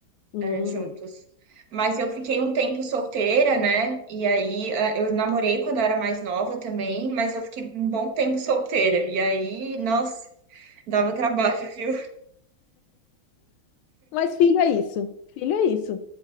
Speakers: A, on the left; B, on the right.
A: Hum.
B: é, juntos. Mas eu fiquei um tempo solteira, né? E aí ah, eu namorei quando eu era mais nova também, mas eu fiquei um bom tempo solteira. E aí, nossa, dava trabalho, <laughs> viu?
A: Mas filho é isso. Filho é isso.